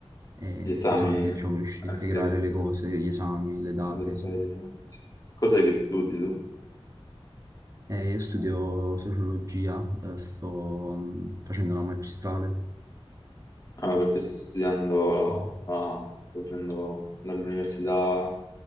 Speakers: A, on the right; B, on the left.
A: è
B: Gli esami,
A: pesante,
B: eh
A: diciamo, riuscire a integrare
B: sì,
A: le
B: bisogna
A: cose, gli esami, le date,
B: bisogna fare
A: sì.
B: gli esami. sì. Cos'è che studi tu?
A: Eh, io studio sociologia, eh, sto mh, facendo una magistrale.
B: Ah, perché sto studiando,
A: Eh,
B: ah, sto facendo dall'università